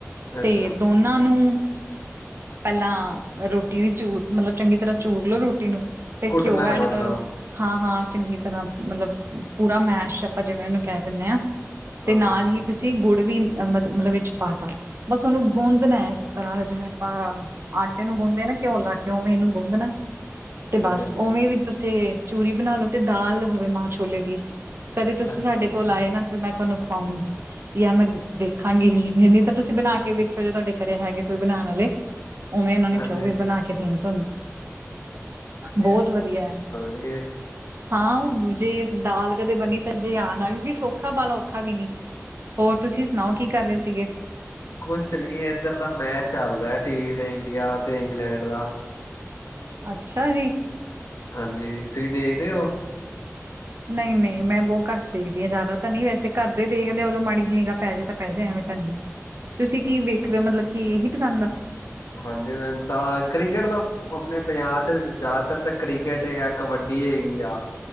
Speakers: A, on the right; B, on the left.
A: ਤੇ
B: ਅੱਛਾ
A: ਦੋਨਾਂ ਨੂੰ- ਪਹਿਲਾਂ ਰੋਟੀ ਵੀ ਚੂ ਮਤਲਬ ਚੰਗੀ ਤਰ੍ਹਾਂ ਚੂਰ ਲੋੋ ਰੋਟੀ ਨੂੰ ਫੇਰ
B: ਕੁੱਟਣਾ
A: ਘਿਓ ਐਡ
B: ਮਤਲਬ
A: ਕਰੋ ਹਾਂ- ਹਾਂ ਚੰਗੀ ਤਰ੍ਹਾਂ ਮਤਲਬ ਪੂਰਾ ਮੈਸ਼ ਆਪਾਂ ਜਿਵੇ ਇਹਨੂੰ ਕਹਿ ਦਿਦੇ ਹਾਂ ਤੇ
B: ਹਾਂ
A: ਨਾਲ
B: ਹਾਂ
A: ਹੀ- ਤੁਸੀਂ ਗੁੜ ਵੀ ਅ ਮਤਲਬ ਵਿਚ ਪਾਤਾਾ ਬਸ ਉਹਨੂੰ ਗੂੰਦਣਾ ਹੈ ਇਕ ਤਰ੍ਹਾਂ ਦਾ ਜਿਵੇ ਆਪਾਂ ਆਟੇ ਨੂੰ ਗੁੰਦੇ ਨਾ ਘਿਓਲਾ ਕੇ ਉਵੇ ਇਹਨੂੰ ਗੁੰਦਣਾ ਤੇ ਬਸ
B: ਹਾਂਜੀ ਹਾਂਜੀ
A: ਉਵੇ ਵੀ ਤੁ ਚੂਰੀ ਬਣਾ ਲੋ ਤੇ ਦਾਲ ਹੋਵੇ ਮਾਂ ਛੋਲੇ ਦੀ ਕਦੇ ਤੁਸੀ
B: ਅੱਛਾ
A: ਸਾਡੇ ਕੋਲ ਆਏ ਨਾ ਤੇ ਮੈ ਤੁਹਾਨੂੰ ਖਵਾਂਗੀ ਜਾਂ ਮੈ ਦੇੇਖਾਂਗੀ ਜੀ ਨ ਤਾਂ ਤੁਸੀ ਬਣਾ ਕੇ ਵੇਖਿਓ ਜੇ ਤੁਹਾਡੇ ਘਰੇ ਹੈਗੇ ਕੋਈ ਬਣਾਉਣ ਵਾਲੇ ਉਵੇ ਉਹਨਾਂ ਨੂੰ
B: ਹਾਂਜੀ
A: ਕਿਹਉ ਵੀ
B: ਹਾਂਜੀ
A: ਬਣਾ ਕੇ ਦੇਣ ਤੁਹਾਨੂੰ ਬਹੁਤ ਵਧੀਆ
B: ਜਗੇ <unintelligible>
A: ਹਾਂ ਜੇ ਦਾਲ ਕਦੇ ਬਣੀ ਤਾਂ ਜੇ ਯਾਦ ਆ ਕਿਉਕਿ ਸੌਖਾ ਬਾ ਔਖਾ ਵੀ ਨੀ ਹੋਰ ਤੁਸੀ ਸੁਣਾਓ ਕੀ ਕਰ ਰਹੇ ਸੀਗੇ
B: ਕੁਛ ਨੀ ਇਏਧਰ ਦਾ ਮੈਚ ਚਲ ਰਿਹਾ ਟੀ ਵੀ ਤੇ ਇੰਡੀਆ ਤੇ ਇੰਗਲੈਂਡ ਦਾ
A: ਅੱਛਾ ਜੀ।
B: ਹਾਂਜੀ ਤੁਸੀਂ ਦੇਖਦੇ ਹੋ
A: ਨਹੀਂ ਨਹੀਂ ਮੈਂ ਬਹੁਤ ਘੱਟ ਦੇਖਦੀ ਹਾਂ, ਜ਼ਿਆਦਾ ਤਾਂ ਨਹੀਂ ਵੈਸੇ ਘਰਦੇ ਦੇਖਦੇ ਉਦੋਂ ਮਾੜੀ ਜੀ ਨਿਗਾ ਪੈ ਜੇ ਤਾਂ ਪੈ ਜੇ ਐਵੇਂ ਤਾਂ ਨਹੀ ਤੁਸੀ ਕੀ ਵੇਖਦੇ ਹੋ ਮਤਲਬ ਕੀ ਇਹੀ ਪਸੰਦ ਆ
B: ਹਾਂਜੀ, ਮੈਮ ਤਾਂ ਕ੍ਰਿਕਟ ਦਾ ਆਪਣੇ ਪੰਜਾਬ 'ਚ ਜ਼ਿਆਦਾਤਰ ਤਾਂ ਕ੍ਰਿਕੇਟ ਹੈਗਾ, ਕਬੱਡੀ ਹੈਗੀ ਆ